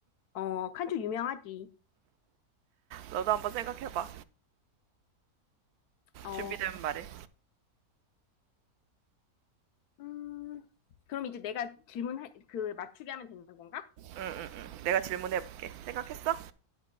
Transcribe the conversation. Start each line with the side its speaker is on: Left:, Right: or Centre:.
Left: 어, 칸초 유명하지.
Right: 너도 한번 생각해봐.
Left: 어,
Right: 준비되면 말해.
Left: 음, 그럼 이제 내가 질문 할 그 맞추게 하면 되는 건가?
Right: 응응응. 내가 질문해볼게. 생각했어?